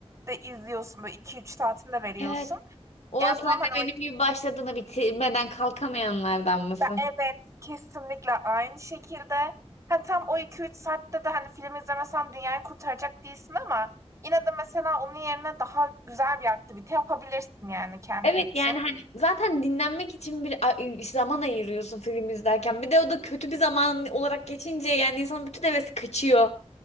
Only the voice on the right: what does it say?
de izliyorsun böyle iki üç saatini de veriyorsun.
Yani
tam
hani
o iki
be evet kesinlikle aynı şekilde hani tam o iki üç saatte de hani film izlemesen dünyayı kurtaracak değilsin ama yine de mesela onun yerine daha güzel bir aktivite yapabilirsin yani kendin
için.